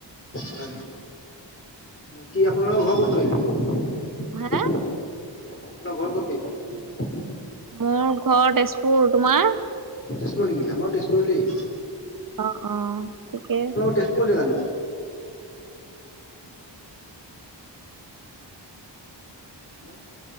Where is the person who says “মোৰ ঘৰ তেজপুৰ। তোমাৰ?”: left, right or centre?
Right